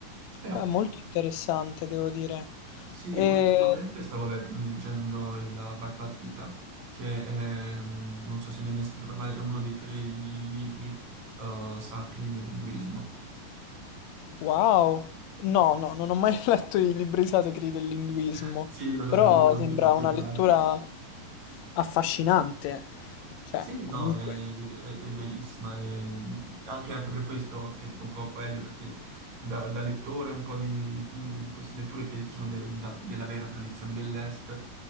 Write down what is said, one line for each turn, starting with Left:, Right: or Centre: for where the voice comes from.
Right: Però
Left: Beh, molto interessante, devo dire.
Right: sì,
Left: E...
Right: ultimamente stavo le- leggendo il- la Bhagavad Gita, che è, mm, non so se ne hai mai sentito parlare, è uno dei tre libri eh, sacri dell'induismo.
Left: Wow! No, no, non ho mai <laughs> letto i libri sacri dell'induismo,
Right: <laughs> Sì, lo so,
Left: però
Right: è una lettura un
Left: sembra
Right: po' particolare.
Left: una lettura affascinante. Cioè,
Right: Sì,
Left: comunque,
Right: no, è, è- è bellissima, e, mh, anche, anche per questo critico un po' Coelho, perché da, da lettore un po' di, di- di queste letture che sono del- da- della vera tradizione dell'Est,